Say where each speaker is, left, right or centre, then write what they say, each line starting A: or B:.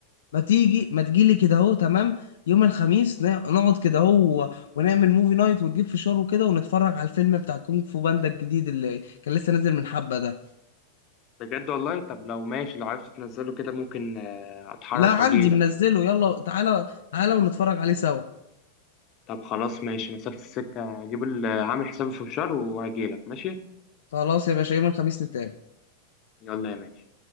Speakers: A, on the left; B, on the left.
A: ما تيجي ما تجيلي كده اهو تمام يوم الخميس نع- نقعد كده اهو ونعمل موفي نايت ونجيب فشار وكده ونتفرج على الفيلم بتاع كونغ فو باندا الجديد اللي كان لسه نازل من حبة ده
B: بجد والله طب لو ماشي لو عرفت تنزله كده ممكن آه، أتحرك
A: لا عندي
B: وأجيلك
A: منزله يلا تعالى تعالى ونتفرج عليه سوا
B: طب خلاص ماشي مسافة السكة هجيب ال- عامل حسابي في الشر وهجيلك ماشي
A: خلاص يا باشا يوم الخميس نتقابل
B: يلا يا ماشي